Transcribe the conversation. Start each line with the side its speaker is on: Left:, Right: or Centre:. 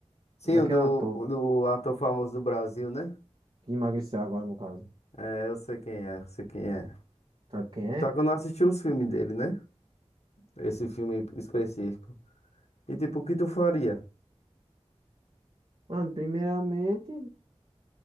Left: Sim,
Right: Daquele
Left: o do,
Right: ator
Left: o do ator famoso do Brasil, né?
Right: que emagreceu agora, no caso.
Left: É, eu sei quem é, eu sei quem é.
Right: Sabe quem é?
Left: Só que eu não assisti os filmes dele, né? Esse filme específico. E tipo, o que tu faria?
Right: Mano, primeiramente,